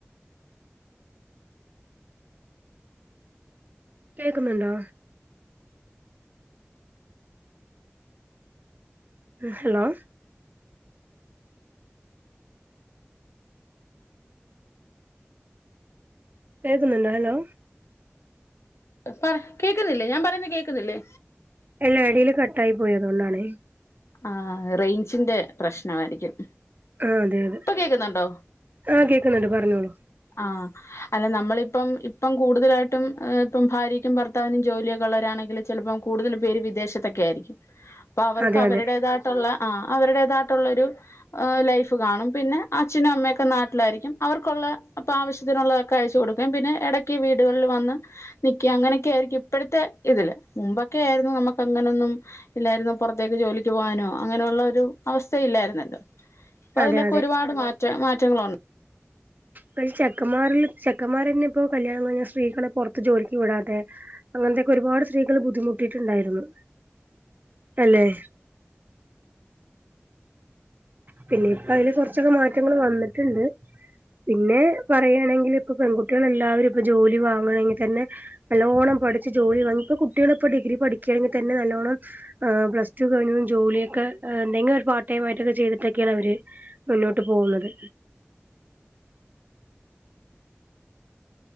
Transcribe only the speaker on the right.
കേക്കുന്നുണ്ടോ ഹലോ കേൾക്കുന്നുണ്ടോ ഹലോ
എല്ല എടീൽ കട്ടായി പോയതോണ്ടാണ്
ആഹ് അതെ അതെ
ആഹ് കേക്കുന്നുണ്ട് പറഞ്ഞോളൂ
അതെ
അതെ
അതെ അതെ
പെ ചെക്കന്മാരിൽ ചെക്കന്മാർന്നെ ഇപ്പോ കല്യാണം കഴിഞ്ഞാ സ്ത്രീകളെ പുറത്ത് ജോലിക്ക് വിടാതെ അങ്ങനത്തെയൊക്കെ ഒരുപാട് സ്ത്രീകൾ ബുദ്ധിമുട്ടിട്ടുണ്ടായിരുന്നു അല്ലെ പിന്നെ ഇപ്പ അതില് കുറച്ചൊക്കെ മാറ്റങ്ങൾ വന്നിട്ടുണ്ട് പിന്നെ പറയാണെങ്കിൽ ഇപ്പ പെൺകുട്ട്യാള് എല്ലാവരും ഇപ്പൊ ജോലി വാങ്ങണങ്കിൽ തന്നെ നല്ലോണ്ണം പഠിച്ചു ജോലി വാങ്ങി ഇപ്പൊ കുട്ടികളിപ്പൾ ഡിഗ്രി പഠിക്കയാണെങ്കിൽ തന്നെ നല്ലോണ്ണം ആ പ്ലസ്ടു കഴിഞ്ഞു ജോലിയൊക്കെ എന്തങ്കില ഒരു പാർടൈമായൊക്കെ ചെയ്തിട്ടൊക്കെയാണ് അവര് മുന്നോട്ട് പോകുന്നത്